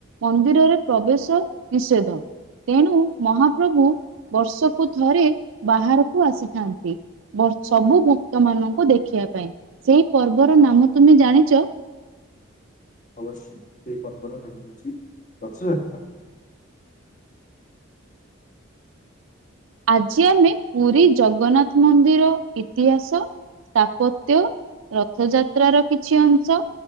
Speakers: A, on the right; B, on the left.
A: ମନ୍ଦିରରେ ପ୍ରବେଶ ନିଷେଧ। ତେଣୁ ମହାପ୍ରଭୁ ବର୍ଷକୁ ଥରେ ବାହାରକୁ ଆସିଥାନ୍ତି। ସବୁ ଭକ୍ତ ମାନଙ୍କୁ ଦେଖିବା ପାଇଁ ସେଇ ପର୍ବ ର ନାମ ତୁମେ ଜାଣିଛ?
B: ଅବଶ୍ୟ ସେହି ପର୍ବର ନାମ ହେଉଛି ରଥଯାତ୍ରା।
A: ଆଜି ଆମେ ପୁରୀ ଜଗନ୍ନାଥ ମନ୍ଦିର ଇତିହାସ ସ୍ଥାପତ୍ୟ ରଥଯାତ୍ରାର କିଛି ଅଂଶ